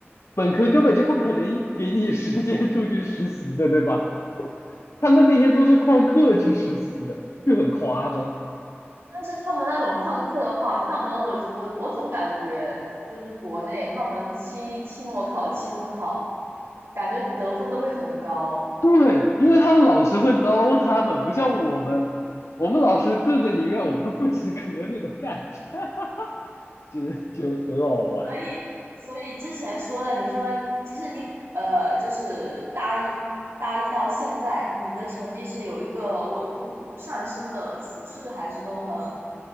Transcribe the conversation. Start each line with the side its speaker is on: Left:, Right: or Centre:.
Left: 本科根本就不可能给你 <laughs> 时间出去实习的，对吧？他们那些都是旷课去实习的，就很夸张。
Right: 但是他们那种旷课的话，他们我我我总感觉就是国内他们期期末考、期中考，感觉得分都会很高。
Left: 对，因为他们老师会捞他们，不像我们，我们老师个个宁愿我们不及格那种感觉，<laughs> 就就很好玩。
Right: 所以所以之前说的，你说其实你呃就是大一大一到现在，你的成绩是有一个稳步上升的趋势，还是都很